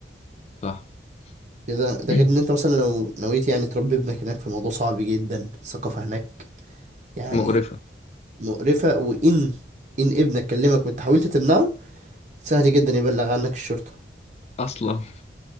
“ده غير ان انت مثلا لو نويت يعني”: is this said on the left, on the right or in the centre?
Right